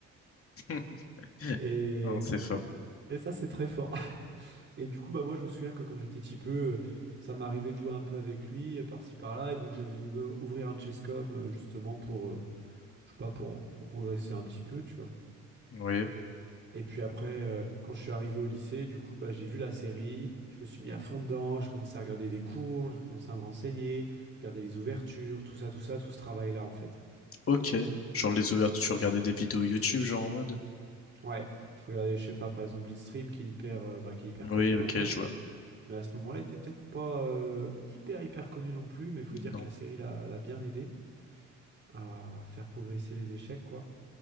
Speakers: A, on the left; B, on the right.
A: <laughs>
B: Et,
A: Non, c'est fort.
B: et, et ça, c'est très fort. <laughs> Et du coup, bah moi, je me souviens que quand j'étais petit peu, euh, ça m'arrivait de jouer un peu avec lui, euh, par-ci, par-là. Et donc, j'avais dû ouv- ouvrir un chesscom, euh, justement, pour, euh, je sais pas, pour, pour progresser un petit peu, tu vois.
A: Oui.
B: Et puis après, euh, quand je suis arrivé au lycée, du coup, bah, j'ai vu la série, je me suis mis à fond dedans, j'ai commencé à regarder des cours, j'ai commencé à me renseigner, regarder les ouvertures, tout ça, tout ça, tout ce travail-là, en fait.
A: Ok. Genre les ouvertures, tu regardais des vidéos YouTube, genre en mode.
B: Ouais, je regardais, je sais pas, par exemple Blitzstream qui est hyper, euh, bah, qui est hyper
A: Oui,
B: connu
A: ok,
B: maintenant,
A: je vois.
B: mais à ce moment-là, il était peut-être pas euh, hyper hyper connu non plus, mais il faut dire
A: Non.
B: que la série l'a l'a bien aidé à faire progresser les échecs, quoi.